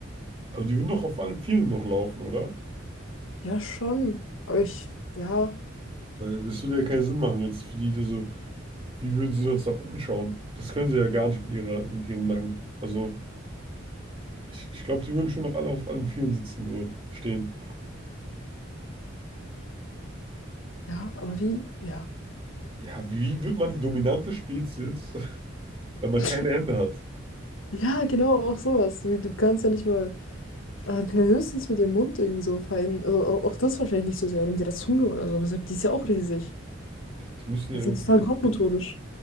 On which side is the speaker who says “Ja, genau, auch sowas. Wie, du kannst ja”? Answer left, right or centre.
Left